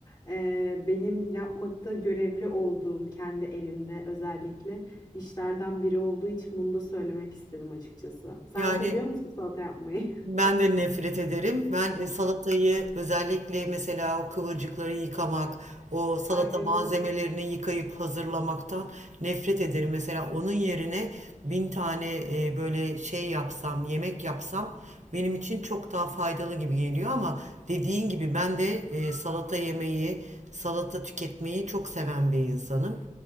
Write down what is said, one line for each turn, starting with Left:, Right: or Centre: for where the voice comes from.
Left: e, benim yapmakta görevli olduğum kendi evimde özellikle işlerden biri olduğu için bunu da söylemek istedim açıkçası. Sen
Right: Yani
Left: seviyor musun salata yapmayı?
Right: Ben de nefret ederim. Ben e, salatayı özellikle mesela o kıvırcıkları yıkamak, o salata
Left: <laughs> Ay evet.
Right: malzemelerini yıkayıp hazırlamaktan nefret ederim. Mesela onun yerine bin tane e, böyle şey yapsam, yemek yapsam benim için çok daha faydalı gibi geliyor ama dediğin gibi ben de e, salata yemeyi, salata tüketmeyi çok seven bir insanım.